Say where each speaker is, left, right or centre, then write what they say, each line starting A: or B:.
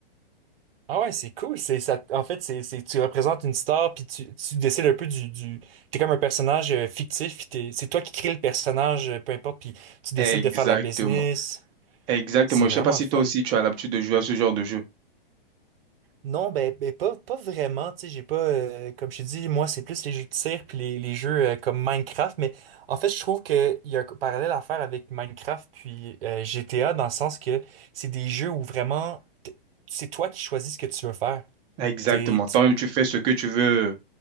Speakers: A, on the right; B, on the right.
A: Ah ouais, c'est cool. C'est ça. En fait, c'est c'est tu représentes une star puis tu, tu décides un peu du du. T'es comme un personnage euh, fictif. puis t'es- C'est toi qui crée le personnage, euh, peu importe. Puis tu décides
B: Exactement.
A: de faire la business.
B: Exactement.
A: C'est
B: Je
A: vraiment
B: sais pas si
A: le fun.
B: toi aussi, tu as l'habitude de jouer à ce genre de jeu.
A: Non, ben, ben pas pas vraiment. Tu sais, j'ai pas euh, comme je t'ai dit, moi c'est plus les jeux de tir puis les, les jeux euh, comme Minecraft. Mais en fait, je trouve que il y a un parallèle à faire avec Minecraft puis euh, GTA dans le sens que c'est des jeux où vraiment t- c'est toi qui choisis ce que tu veux faire.
B: Exactement.
A: T'es,
B: Toi-même, tu fais ce que tu veux.